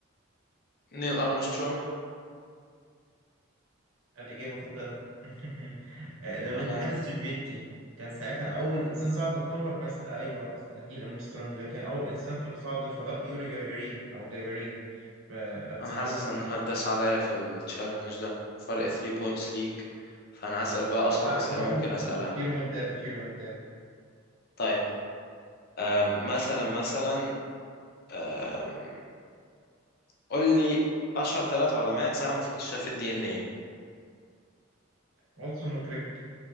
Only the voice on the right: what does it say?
الإجابة خاطئة <laughs> آه، ده من
الاتحاد السوفيتي كان ساعتها أول إنسان صعد للقمر مثلا أيوه نيل أرمسترونج لكن أول إنسان في صعد للفضاء يوري جاجارين أو جاجارين في 1961
آه
لا
هتعود
هتعود
في رومنتادا في رومنتادا
واتسون وكريك